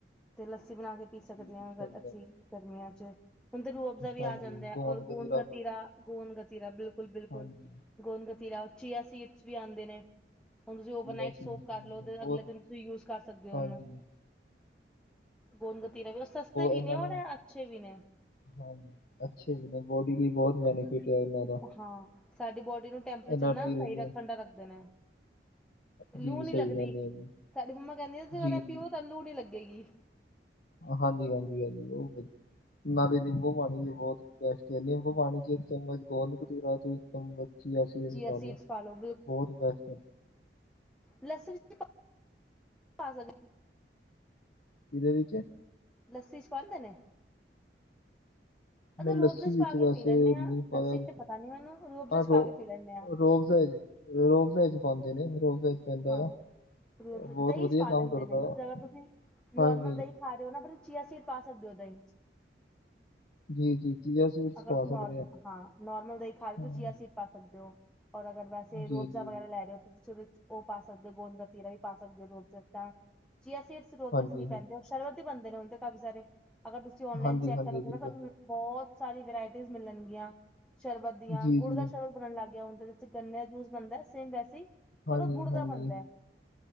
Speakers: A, in the centre; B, on the left.
A: ਲੱਸੀ ਬਣਾ ਕੇ। ਪੀ ਸਕਦੇ
B: ਜੀ-ਜੀ
A: ਹਾਂ
B: ਸਹੀ
A: ਅਸੀਂ
B: ਗੱਲ ਹੈ,
A: ਗਰਮੀਆਂ ਚ ਰੂਹ ਅਫਜ਼ਾ ਵੀ
B: ਹਾਂਜੀ
A: ਆ ਜਾਂਦਾ ਹੈ
B: ਗੋਂਦ
A: ਔਰ ਗੂੰਦ
B: ਕਤੀਰਾ
A: ਗਤੀਰਾ। ਗੋਦ ਗਤੀਰਾ ਬਿਲਕੁਲ ਬਿਲਕੁਲ
B: ਹਾਂਜੀ,
A: ਗੋਦ ਗਤੀਰਾ ਚੀਆ ਸੀਡਸ ਵੀ ਆਉਂਦੇ ਨੇ। ਹੁਣ ਜੇ ਤੁਸੀਂ ਓਵਰਨਾਈਟ
B: ਜੀ ਅਸੀਂ
A: ਸੋਕ
B: ਸੁਣਦੇ
A: ਕਰ ਲਓ ਤੇ
B: ਹਾਂ, ਬਹੁਤ
A: ਅਗਲੇ ਦਿਨ ਤੁਸੀਂ ਯੂਜ ਕਰ ਸਕਦੇ ਹੋ
B: ਹਾਂਜੀ,
A: ਓਹਨੂੰ। ਗੋਦ ਕਤੀਰਾ ਵੀ ਸਸਤੇ ਵੀ
B: ਇਹਨਾਂ
A: ਨੇ ਉਹ
B: ਨੂੰ
A: ਅੱਛੇ ਵੀ ਨੇ।
B: ਹਾਂਜੀ ਅੱਛੇ ਵੀ ਨੇ ਬੋਡੀ ਲਈ ਬਹੁਤ ਬੈਨੀਫਿਟ। ਹੈ ਇਹਨਾਂ ਦਾ,
A: ਹਾਂ ਸਾਡੀ ਬੋਡੀ ਨੂੰ ਟੈਂਪਰੇਚਰ
B: ਐਨਰਜੀ
A: ਨਾ ਸਹੀ
B: ਰਹਿੰਦੀ
A: ਰੱਖਣ
B: ਹੈ,
A: ਦਾ ਰੱਖਦੇ ਨੇ। ਲੂ
B: ਜੀ
A: ਨੀ
B: ਸਹੀ
A: ਲੱਗਦੀ
B: ਗੱਲ ਹੈ ਜੀ,
A: ਸਾਡੀ ਮੰਮਾ ਕਹਿੰਦੀ ਸੀ
B: ਜੀ-ਜੀ,
A: ਪਿਓ ਤਾਂ ਲੂ ਨੀ ਲੱਗੇਗੀ।
B: ਹਾਂਜੀ ਹਾਂਜੀ ਹਾਂਜੀ ਉਹ ਵਧੀਆ। ਨਾਲੇ ਨਿੰਬੂ ਪਾਣੀ ਵੀ ਬਹੁਤ ਬੈਸਟ ਹੈ ਨਿੰਬੂ ਪਾਣੀ ਚ ਇੱਕ ਚਮਚ ਗੋਦ ਕਤੀਰਾ ਚ। ਬੱਚੀ
A: ਚੀਆ
B: <inaudible> ਪਾਲੋ
A: ਸੀਡਸ ਪਾ ਲੋ
B: ਬਹੁਤ ਬਸ
A: ਲੱਸਨ ਚ ਪਾ ਸਕ
B: ਕੀਦੇ ਵਿਚ।
A: ਲੱਸੀ ਚ ਪਾਂਦੇ ਨੇ। ਅ
B: ਮ
A: ਰੋਬਜ਼
B: ਲੱਸੀ
A: ਚ
B: ਵਿੱਚ
A: ਪਾ ਕੇ
B: ਵੈਸੇ
A: ਪੀ ਲੈਂਦੇ ਹਾਂ
B: ਮੀਂਹ ਪਾਇਆ
A: ਲੱਸੀ
B: ਵੇ
A: ਚ ਪਤਾ ਨੀ ਮੈਨੂੰ ਰੋਬਜ਼
B: ਆਹੋ
A: ਚ ਪਾ ਕੇ ਪੀ ਲੈਂਦੇ ਹਾਂ
B: ਇਹ ਰੋਬਜਾ ਐ ਜੀ। ਰੋਅਫਜਾ ਚ ਪਾਂਦੇ ਰੋਅਫਜਾ ਚ ਪੈਂਦਾ
A: ਹਾਂ,
B: ਆ
A: ਰੁਅਫਜਾ
B: ਬਹੁਤ
A: ਦਹੀਂ
B: ਵਧੀਆ
A: ਚ ਪਾ
B: ਕੰਮ
A: ਲੈਂਦੇ
B: ਕਰਦਾ
A: ਨੇ, ਜਿੱਸ
B: ਆ
A: ਤਰਾਂ ਅਗਰ ਤੁਸੀਂ
B: ਹਾਂਜੀ
A: ਨੋਰਮਲ ਦਹੀਂ ਖਾ ਰਏ ਨਾ ਫਿਰ ਚੀਆ ਸਿਡ ਪਾ ਸਕਦੇ ਓ ਦਹੀ ਚ।
B: ਜੀ ਜੀ ਚੀਆ ਸੀਡਸ
A: ਅਗਰ
B: ਪਾ
A: ਤੁਸੀਂ ਨੋਰਮ
B: ਸਕਦੇ ਆ
A: ਹਾਂ ਨੋਰਮਲ ਦਹੀ ਖਾਲੀ
B: ਹੂੰ,
A: ਚਿਆ ਸੀਡ ਖਾ ਸਕਦੇ ਓ, ਓਰ ਅਗਰ ਵੈਸੇ
B: ਜੀ
A: ਰੁਅਬਜ਼ਾ
B: ਜੀ
A: ਵਗੈਰਾ ਲੈ ਰਏ ਓ ਤਾਂ ਤੁਸੀਂ ਉਹਦੇ ਚ ਉਹ ਪਾ ਸਕਦੇ ਓ, ਗੋਂਦ ਗਤੀਰਾ ਵੀ ਪਾ ਸਕਦੇ ਓ, ਰੁਅਬਜਾ ਤਾਂ ਚੀਆ ਸੀਡ ਰੁਅਬਜਾ
B: ਹਾਂਜੀ
A: ਚ ਨਈ
B: ਹਾਂ-
A: ਪੈਂਦੇ ਸ਼ਰਵਤ ਵੀ ਬੰਦੇ ਨੇ ਹੁਣ ਤੇ ਕਾਫੀ ਸਾਰੇ ਅਗਰ ਤੁਸੀਂ ਓਨਲਾਈਨ
B: ਹਾਂਜੀ
A: ਚੈੱਕ
B: ਹਾਂਜੀ
A: ਕਰੋਗੇ
B: ਬਿਲਕੁਲ
A: ਨਾ ਤੁਆਨੂੰ ਬਹੁਤ ਸਾਰੀ ਵਰਾਇਟੀਜ਼ ਮਿਲਣਗੀਆਂ ਸ਼ਰਬਤ ਦੀਆਂ,
B: ਜੀ
A: ਗੁੜ
B: ਜੀ
A: ਦਾ ਸ਼ਰਬਤ ਉਨਾ ਨੂੰ ਲਗ ਗਿਆ ਓਦੇ ਵਿੱਚ ਗੰਨੇ ਦਾ ਜੂਸ ਬਣਦਾ ਸੇਮ ਵੈਸੇ ਈ
B: ਹਾਂਜੀ
A: ਪਰ ਉਹ ਗੁੜ ਦਾ
B: ਹਾਂਜੀ
A: ਬਣਦਾ।